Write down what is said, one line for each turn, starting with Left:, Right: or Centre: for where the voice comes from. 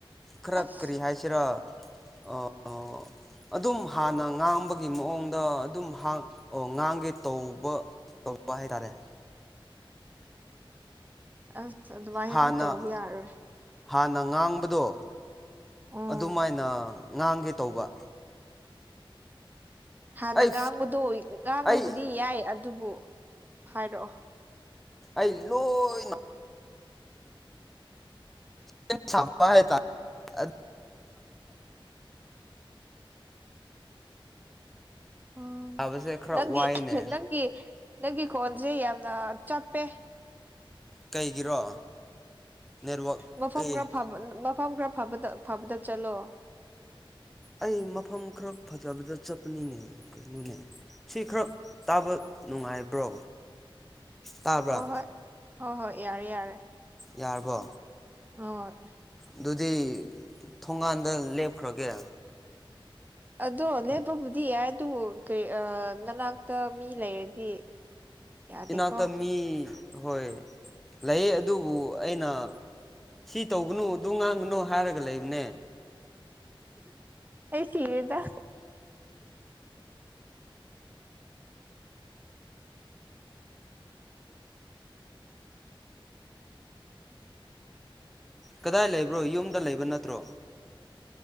Centre: ꯈꯔ
Right: ꯑꯁ
Centre: ꯀꯔꯤ ꯍꯥꯏꯁꯤꯔ ꯑꯣ ꯑꯣ꯫ ꯑꯗꯨꯝ ꯍꯥꯟꯅ ꯉꯥꯡꯕꯒꯤ ꯃꯑꯣꯡꯗ ꯑꯗꯨꯝ ꯉꯥꯡꯒꯦ ꯇꯧꯕ꯫ ꯇꯧꯕ ꯍꯥꯏꯇꯥꯔꯦ꯫
Right: ꯑꯁ ꯑꯗꯨꯃꯥꯏꯅꯗꯤ
Centre: ꯍꯥꯟꯅ
Right: ꯇꯧꯕ ꯌꯥꯔꯔꯣꯏ꯫
Centre: ꯍꯥꯟꯅ ꯉꯥꯡꯕꯗꯣ
Right: ꯎꯝ
Centre: ꯑꯗꯨꯃꯥꯏꯅ ꯉꯥꯡꯒꯦ ꯇꯧꯕ꯫
Right: ꯍꯥꯟꯅ
Centre: ꯑꯩ
Right: ꯉꯥꯡꯕꯗꯣ ꯉꯥꯡꯕꯕꯨꯗꯤ
Centre: ꯑꯩ
Right: ꯌꯥꯏ ꯑꯗꯨꯕꯨ ꯍꯥꯏꯔꯛꯑꯣ꯫
Centre: ꯑꯩ ꯂꯣꯏ <unintelligible> ꯑꯗꯨ
Right: ꯑꯣ
Centre: ꯁꯥꯕꯁꯦ ꯈꯔ
Right: ꯅꯪꯒꯤ
Centre: ꯋꯥꯏꯅꯦ
Right: ꯅꯪꯒꯤ ꯅꯪꯒꯤ ꯈꯣꯟꯖꯦ ꯌꯥꯝꯅ ꯆꯞꯄꯦ꯫
Centre: ꯀꯩꯒꯤꯔꯣ꯫ ꯅꯦꯠꯋꯥꯛ꯫
Right: ꯃꯐꯝ
Centre: ꯑꯩ
Right: ꯈꯔ ꯐꯕ ꯃꯐꯝ ꯈꯔ ꯐꯕꯗ ꯐꯕꯗ ꯆꯠꯂꯣ
Centre: ꯑꯩ ꯃꯐꯝ ꯈꯔ ꯐꯖꯕꯗ ꯆꯠꯄꯅꯤꯅꯦ ꯀꯩꯅꯣꯅꯦ ꯁꯤ ꯈꯔ ꯇꯥꯕ ꯅꯨꯡꯉꯥꯏꯕ꯭ꯔꯣ ꯇꯥꯕ꯭ꯔꯥ
Right: ꯍꯣꯏ ꯍꯣꯏ ꯍꯣꯏ ꯍꯣꯏ ꯌꯥꯔꯦ ꯌꯥꯔꯦ
Centre: ꯌꯥꯔꯕꯣ
Right: ꯑ
Centre: ꯑꯗꯨꯗꯤ ꯊꯣꯡꯒꯥꯟꯗ ꯂꯦꯞꯈ꯭ꯔꯒꯦ
Right: ꯑꯗꯣ ꯂꯦꯞꯄꯕꯨꯗꯤ ꯌꯥꯏ ꯑꯗꯨ ꯀꯔꯤ ꯅꯅꯥꯛꯇ ꯃꯤ ꯂꯩꯔꯗꯤ ꯌꯥꯗꯦꯀꯣ
Centre: ꯏꯅꯥꯛꯇ ꯃꯤ ꯍꯣꯏ ꯂꯩ ꯑꯗꯨꯕꯨ ꯑꯩꯅ ꯁꯤ ꯇꯧꯒꯅꯨ ꯑꯗꯨ ꯉꯥꯡꯒꯅꯨ ꯍꯥꯏꯔꯒ ꯂꯩꯕꯅꯦ
Right: ꯑꯩ ꯁꯤꯔꯦꯗ
Centre: ꯀꯗꯥꯏ ꯂꯩꯕ꯭ꯔꯣ ꯌꯨꯝꯗ ꯂꯩꯕ ꯅꯠꯇ꯭ꯔꯣ